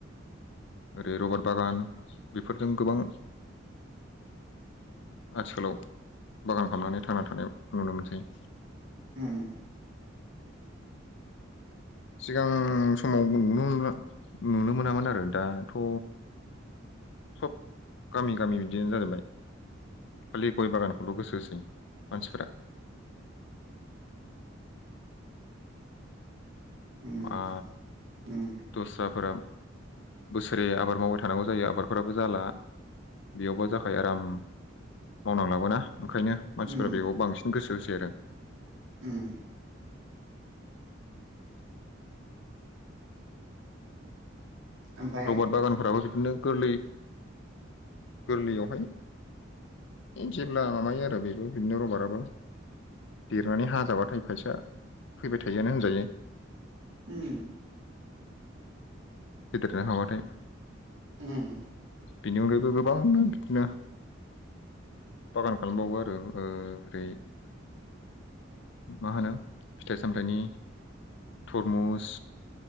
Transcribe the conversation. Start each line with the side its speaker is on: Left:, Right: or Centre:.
Left: ओरै रबार बागान बेफोरजों गोबां आथिखालाव बागान खालामनानै थांनानै थानायाव नुनो मोनसै
Right: ओम
Left: सिगां समाव नुनो नुनो मोनामोन आरो दाथ' सब गामि गामि बिदियनो जाजोबबाय खालि गय बागानखौल' गोसो होसै मानसिफ्रा
Right: उम
Left: ओ
Right: उम
Left: दस्राफोरा बोसोरै आबाद मावबाय थानांगौ जायो आबादफोराबो जाला बेयावबा जाख आराम मावनांलाबोना ओंखायनो मानसिफोरा
Right: उम
Left: बेयाव बांसिन गोसो होसै आरो
Right: ओम ओमफाय
Left: रबारट बागानफोराबो बिदिनो गोरलै गोरलैयावहाय जेब्ला माबायो आरो बेखौ बिदिनो रबाराबो देरनानै हा जाबाथाय फैसााया फैबाय थायोआानो होनजायो
Right: ओम
Left: फेदेरनो हाबाथाय
Right: ओम
Left: बेनि अनगायैबो गोबांनो बिदिनो बागान खालामबावो आरो ओ ओरै मा होनो फिथाइ सामथायाइनि थरमुस